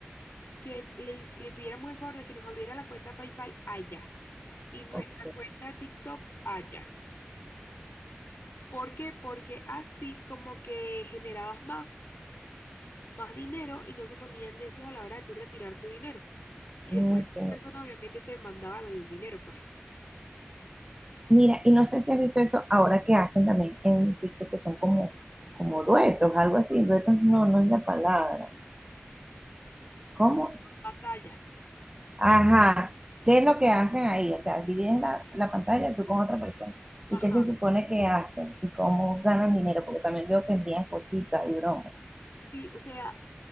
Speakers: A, on the left; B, on the right.
A: que le, his- le pidiéramos el favor de que nos abriera la cuenta PayPal allá y nuestra
B: Ok.
A: cuenta de TikTok allá. ¿Por qué? Porque así como que generabas más. más dinero y no se ponían necios a la hora de tú retirar tu dinero. Y
B: ok.
A: después esa persona obviamente te mandaba el dinero, pues.
B: Mira, y no sé si has visto eso ahora que hacen también en TikTok, que son como, como duetos, algo así. Duetos no, no es la palabra.
A: Yes.
B: ¿Cómo?
A: Batallas.
B: Ajá. ¿Qué es lo que hacen ahí? O sea, dividen la, la pantalla tú con otra persona.
A: Ajá.
B: ¿Y qué se supone que hacen? ¿Y cómo ganan dinero? Porque también veo que envían cositas y bromas.
A: Sí, o sea,